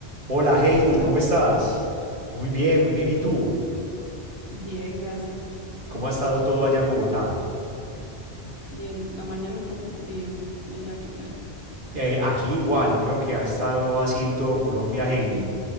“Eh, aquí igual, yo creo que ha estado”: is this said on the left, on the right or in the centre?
Right